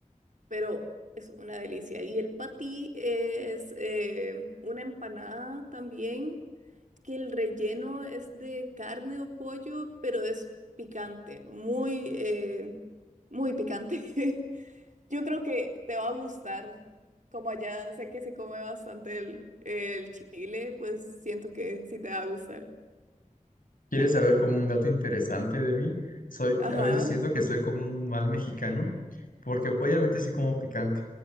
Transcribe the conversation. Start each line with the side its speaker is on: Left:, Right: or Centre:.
Right: pero es una delicia. Y el patí es eh, una empanada también que el relleno es de carne o pollo, pero es picante, muy, eh, muy picante. <laughs> Yo creo que te va a gustar. Como allá sé que se come bastante el, el chile, pues siento que sí te va a gustar.
Left: ¿Quieres saber como un dato interesante de mí? Soy,
Right: Ajá,
Left: a veces siento que soy como un mal mexicano, porque obviamente sí como picante